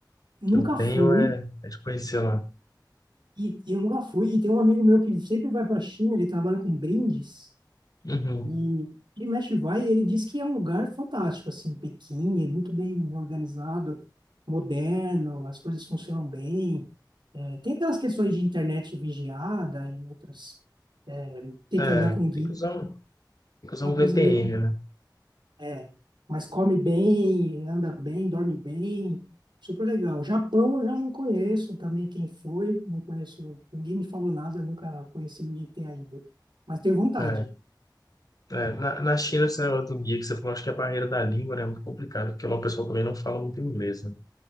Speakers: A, on the right; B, on the left.
A: nunca
B: que eu tenho
A: fui,
B: é, é de conhecer lá.
A: e eu nunca fui, e tem um amigo meu que sempre vai para a China, ele trabalha com brindes,
B: Uhum.
A: e ele mexe vai, e ele diz que é um lugar fantástico, assim, Pequim, é muito bem organizado, moderno, as coisas funcionam bem. É, tem aquelas questões de internet vigiada e outras, é, ter
B: É,
A: que andar com guia,
B: tem que usar um, tem que usar
A: uma
B: um
A: coisa
B: VPN,
A: meio
B: né?
A: É, mas come bem, anda bem, dorme bem, super legal. Japão eu já não conheço também quem foi, não conheço, ninguém me falou nada, nunca conheci ninguém que tenha ido. Mas tenho vontade,
B: É, é. Na, na China, esse negócio do guia que você falou, acho que é a barreira da língua, né, é muito complicado, porque lá o pessoal também não fala muito inglês, né?